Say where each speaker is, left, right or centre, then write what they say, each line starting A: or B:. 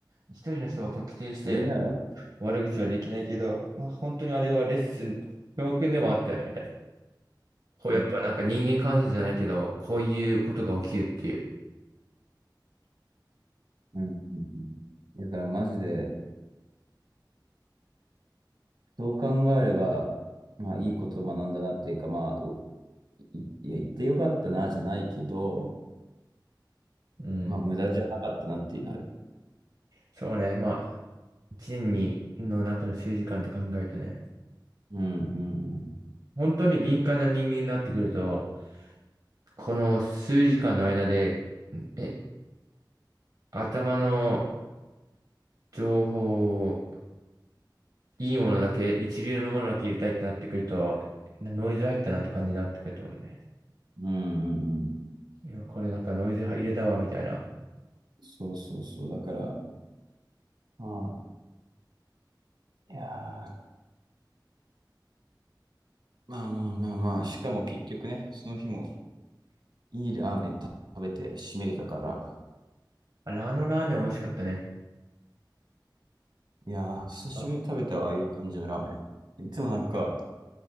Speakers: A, on the right; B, on the right.
A: 一人の人を特定して
B: それなら、
A: 悪口はできないけど、まあ本当にあれはレッスン、教訓でもあったよね、みたいな。こうやっぱなんか人間観察じゃないけど、
B: うん、
A: こういうことが起きるっていう。
B: うん、うん。うんだからマジで、そう考えれば、まあ、いいこと学んだなっていうか、まあ、い、いや、言ってよかったな、じゃないけど、
A: うん。
B: まあ、無駄じゃなかったなっていうのある。
A: そうね。まあ、一年にの中の数時間って考えるとね、
B: うん、うん、うん。
A: 本当に敏感な人間になってくると、この数時間の間で、え、頭の情報いいものだけ、一流のものだけ入れたいってなってくると、ノイズ入ったなって感じになってくると思うね。
B: うん、うん、うん。
A: いや、これなんかノイズ入れたわ、みたいな。
B: そうそうそう。だから、まあ、いやーまあまあまあまあ、しかも結局ね、その日もいいラーメン食べて締めれたから、
A: あれ、あのラーメン美味しかったね。
B: いやー、久しぶりに食べたわ、
A: あ
B: ああいう感じのラーメン。いつもなんか、